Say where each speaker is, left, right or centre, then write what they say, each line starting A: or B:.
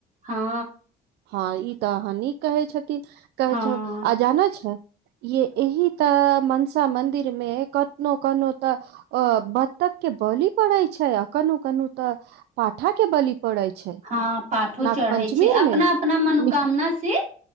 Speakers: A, on the right (about 45°); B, on the right (about 75°).
A: हँ
B: हँ ई त अहाँ नीक कहै छथिन कहै
A: हँ
B: छौ आ जाना छै ये एहि त मनसा मन्दिरमे कतनो कनो त अ बत्तख के बली पड़ै छै आ कनो कनो त पाठा के बलि पड़ै छै
A: हँ पाठो
B: नाग
A: चढ़ै
B: पंचमीर
A: छै अपना
B: मे
A: अपना मनोकामना
B: मिठ
A: से